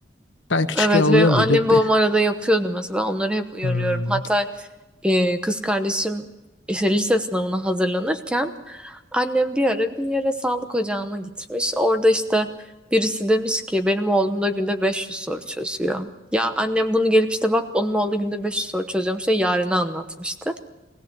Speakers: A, on the left; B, in the centre.
A: Ben küçükken
B: Evet
A: oluyor
B: benim annem
A: muydu?
B: babam
A: Be-
B: arada yapıyordu mesela. Ben onları hep uyarıyorum.
A: Hmm.
B: Hatta e, kız kardeşim işte lise sınavına hazırlanırken annem bir ara bir yere sağlık ocağına gitmiş. Orada işte birisi demiş ki benim oğlum da günde 500 soru çözüyor. Ya annem bunu gelip işte bak onun oğlu günde 500 soru çözüyormuş diye Yaren'e anlatmıştı.